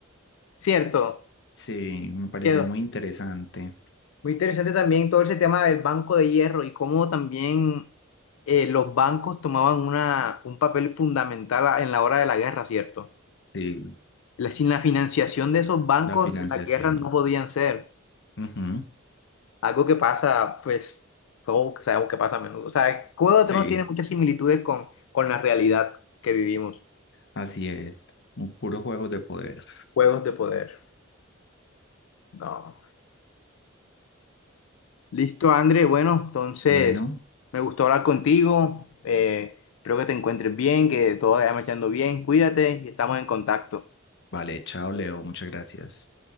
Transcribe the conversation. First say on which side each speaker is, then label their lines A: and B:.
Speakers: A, on the left; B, on the left.
A: Cierto,
B: Sí, me parecía
A: quedó.
B: muy interesante.
A: muy interesante también todo ese tema del Banco de Hierro y cómo también eh, los bancos tomaban una, un papel fundamental a- en la hora de la guerra, ¿cierto?
B: Sí,
A: La- sin la financiación de esos bancos,
B: la financiación.
A: las guerras no podían ser.
B: Ujú,
A: Algo que pasa, pues, todo que sabemos que pasa a menudo. O sea, Juego de Tronos
B: Sí,
A: tiene muchas similitudes con, con la realidad que vivimos.
B: así es. Un puro juego de poder.
A: Juegos de poder. No. Listo, André. Bueno, entonces
B: Bueno,
A: me gustó hablar contigo. Eh, espero que te encuentres bien, que todo vaya marchando bien. Cuídate y estamos en contacto.
B: vale, chao, Leo. Muchas gracias.